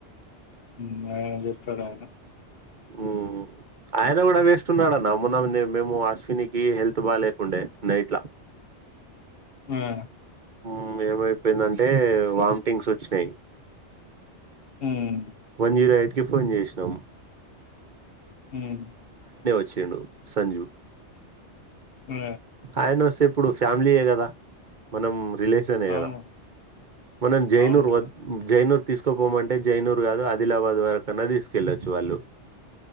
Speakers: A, on the left (about 60°); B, on the right (about 45°).
A: మ్ అయన చెప్తాడయనా
B: మ్ ఆయన గూడా వేస్తున్నడన్న మొన్న మేము అశ్వినికి హెల్త్ బాగా లేకుండే నైట్లా
A: ఆ
B: మ్ ఏమైపోయిందంటే వామిటింగ్స్ వచ్చినాయి
A: హ్మ్.
B: వన్ జీరో ఎయిట్ కి ఫోన్ చేసినాము
A: మ్
B: వచ్చిండు సంజు
A: ఆ!
B: ఆయన వస్తే ఇప్పుడు ఫ్యామిలీయే గదా మనం రిలేషన్ గదా
A: అవును.
B: మనం జైనూర్
A: అవును గదా!
B: వ జైనూర్ తీసుకోపోమంటే జైనూర్ గాదు ఆదిలాబాద్ వరకన్నా తీసుకెళ్ళొచ్చు వాళ్ళు